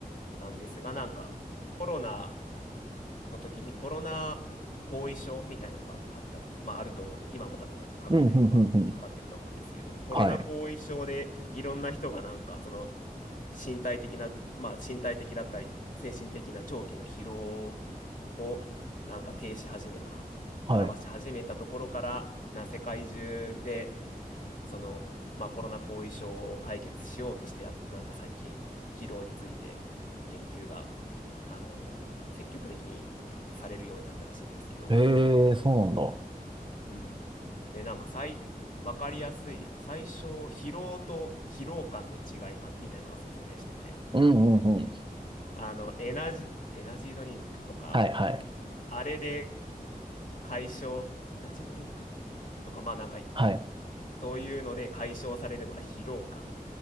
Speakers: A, on the left (about 60°); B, on the right (about 30°).
A: うなんですがなんかコロナの時にコロナ後遺症みたいなのがあった、まああると思うんで、今も多分かかってる人はかかってると思うんですけど、
B: うん、うん、うん、うん。
A: コロナ後遺症でいろんな人がなんかその
B: はい。
A: 身体的な、まあ身体的だったり精神的な長期の疲労をなんか停止始めた、
B: はい。
A: 表し始めたところから、な世界中でその、まあ、コロナ後遺症を解決しようとしてやっとなんか最近疲労について研究があの積極的にやされるようになったらしいんですけど、
B: へえ、そうなんだ。
A: うん、でなんか最分かりやすい最初疲労と疲労感の違い、ま、みたいなのを説明してて
B: うん、うん、うん。
A: あのエナジ、エナジードリンクとか
B: はい、はい。
A: あれで解消エナジードリンクとかまあなんか
B: はい。
A: そういうので解消されるのは疲労感